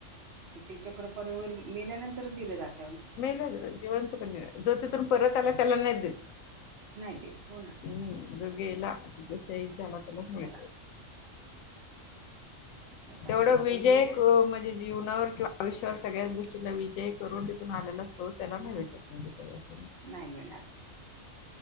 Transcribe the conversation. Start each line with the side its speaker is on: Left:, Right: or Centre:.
Right: ते चक्रपर्वर मेल्यानंतरच दिल जात.
Left: मेल्यानंतर जिवंत कुठ जो तिथून परत आला त्याला नाही देत.
Right: नाही देत हो ना.
Left: हम्म जो गेला तो शहीद झाला त्यालाच मिळत.
Right: त्याला वाईट
Left: तेवढा
Right: आहे
Left: विजय
Right: पण हे
Left: म्हणजे जीवनावर किंवा आयुष्यावर सगळ्याच गोष्टींचा विजय करून तिथून आलेला असतो हो त्याला
Right: हा
Left: नाही भेटत म्हणजे काही अस.
Right: नाही मिळणार ते